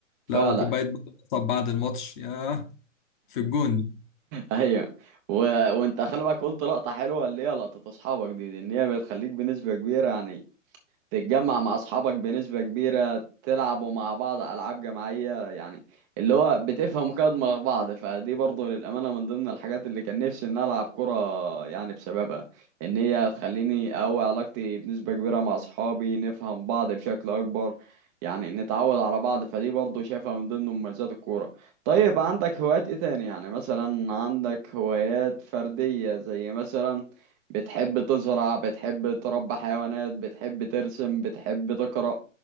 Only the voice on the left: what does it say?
لا وكوبايه بقى طب بعد الماتش ياه في الجون دي